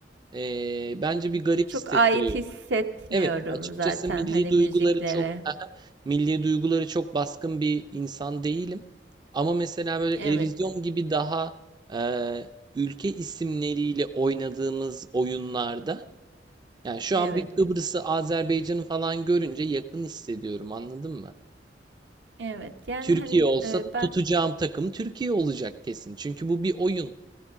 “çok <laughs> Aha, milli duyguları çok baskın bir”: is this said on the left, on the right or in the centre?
Right